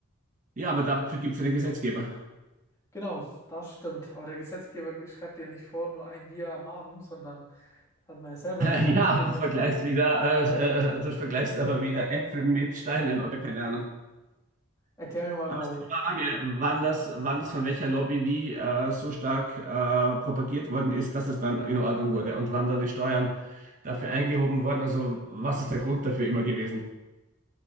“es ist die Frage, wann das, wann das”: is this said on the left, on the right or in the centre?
Right